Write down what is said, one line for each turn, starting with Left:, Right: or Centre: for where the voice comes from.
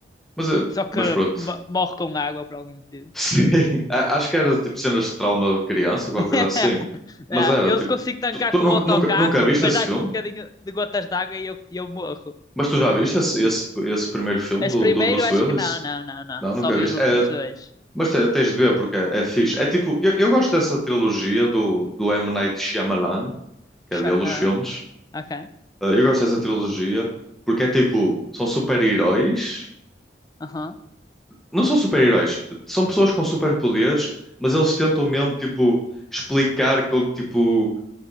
Centre: Mas, eh,
Left: Só que
Centre: mas pronto.
Left: mo- morre com água por algum motivo.
Centre: <laughs> Sim. A- Acho que era tipo cenas de trauma de criança, qualquer
Left: <laughs>
Centre: coisa assim. Mas
Left: Yeah.
Centre: era
Left: Eu
Centre: tipo.
Left: consigo tancar
Centre: Tu, tu
Left: com
Centre: nunca,
Left: o autocarro,
Centre: nunca, nunca viste
Left: mas
Centre: esse
Left: dás-me
Centre: filme?
Left: um bocadinho de gotas de água e eu, e eu morro.
Centre: Mas tu já viste esse, esse, esse primeiro filme
Left: Esse
Centre: do,
Left: primeiro,
Centre: do Bruce
Left: acho
Centre: Willis?
Left: que não, não, não, não.
Centre: Não,
Left: Só
Centre: nunca
Left: vi
Centre: viste?
Left: os últimos
Centre: É,
Left: dois.
Centre: mas te- tens de ver porque é, é fixe. É tipo. Eu, eu gosto dessa trilogia do, do M. Night Shyamalan, que
Left: Deixa-
Centre: é dele
Left: Ah,
Centre: os filmes.
Left: ok.
Centre: Eh, Eu gosto dessa trilogia porque é tipo. São super-heróis
Left: Aham.
Centre: Não são super-heróis, são pessoas com superpoderes, mas eles tentam mesmo, tipo, explicar, como, tipo,